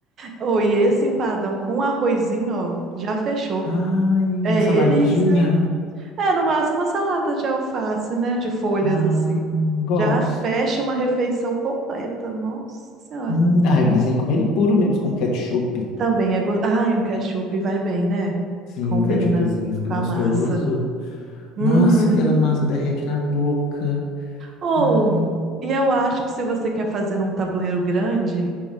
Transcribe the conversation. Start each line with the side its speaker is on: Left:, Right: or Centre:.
Right: Oh, e esse empadão com arrozinho, ó, já fechou.
Left: Ai,
Right: É
Left: uma saladinha.
Right: ele, e é no máximo uma salada de alface, né? De folhas
Left: Ah,
Right: assim.
Left: gosto.
Right: Já fecha uma refeição completa. Nossa Senhora.
Left: Hum, ah, eu pensei em comer ele puro mesmo, com ketchup.
Right: Também é gostoso. Ai, um ketchup vai bem, né?
Left: Sim,
Right: Combina
Left: o ketchupzinho fica
Right: com
Left: gostoso.
Right: a massa.
Left: Nossa,
Right: Uhum.
Left: aquela massa derrete na boca.
Right: Ou,
Left: Ai.
Right: e eu acho que se você quer fazer num tabuleiro grande,